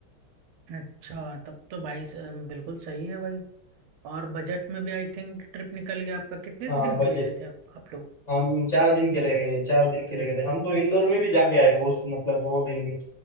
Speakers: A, on the right; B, on the left.
A: अच्छा तब तो भाई स- बिल्कुल सही है भाई और बजट में भी आई थिंक ट्रिप निकल गया आपका कितने
B: हाँ
A: दिन
B: बजट
A: के लिए गए थे आप आप लोग
B: हम चार दिन के लिए गए चार दिन के लिए गए थे हम तो इंदौर में भी जाके आए उस मतलब वो दिन भी